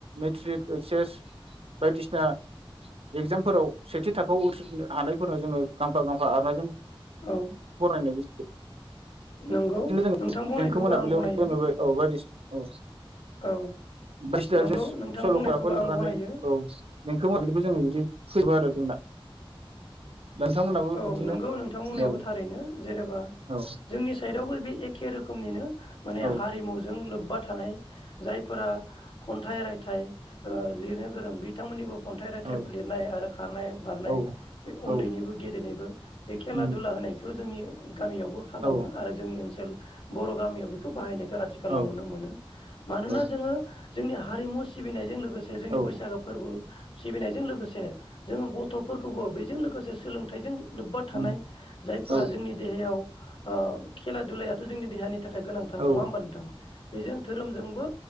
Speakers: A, on the right (about 80°); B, on the left (about 65°).
A: मेट्रिक ओइस एस बायदिसिना एगजामफोराव सेथि थाखोआव उथ्रिनो हानायफोराव जोङो गांफा गांफा आर'नाइ फरायनायनि
B: औ नंगौ
A: <unintelligible> जो
B: नोंथां बुंनायखौबो
A: देंखो मोनाबिलियावबो
B: आं गनायो
A: जोङो औ बायदिसिना औ
B: औ
A: बायसिना
B: नंगौ
A: जों
B: नोंथां
A: सल'
B: बुंनायखौबो
A: <unintelligible> लिनानै
B: आं गनायो
A: औ बो जोङो बिदि फै <unintelligible> आरो जोंना नोंथांमोनहाबो
B: औ
A: बिदिनो
B: नंगौ नोंथांमोननायाबो
A: औ
B: थारैनो जेनेबा
A: औ
B: जोंनि साइडआवबो बे एखे रोखोमनिनो माने
A: औ
B: हारिमुजों लोब्बा था थानाय जायफोरा खन्थाइ रायथाइ ओ लिरनो गोरों बिथांमोननि खन्थाइ रायथाइ
A: औ
B: लिरनाय आरो खारनाय बारनाय
A: औ
B: बे उन्दैनिबो
A: औ
B: गेदेनायबो बे खेला
A: उम
B: दुला होनायखौ जोंनि गामियावबो खालामो
A: औ
B: आरो जोंनि ओनसोल बर' गामिआव बेखौ बाहायनायखौ आथिखालाव
A: औ
B: नुनो मोनो मानोना
A: औ
B: जोङो जोंनि हारिमु सिबिनायजों लोग गोसे जोंनि
A: औ
B: बैसागो फोरबो सिबिनायजों लोगोसे जों गथ'फोरखौबो बेजों लोगोसे सोलों बेजों लोब्बा थानाय
A: उम
B: जायफोरा
A: औ
B: जोंनि देहायाव ओ खेला दुलायथ' जोंनि देहानि थाखाय गोनांथार
A: औ
B: नङा होमबा नोंथां बेजों धोरोमजोंबो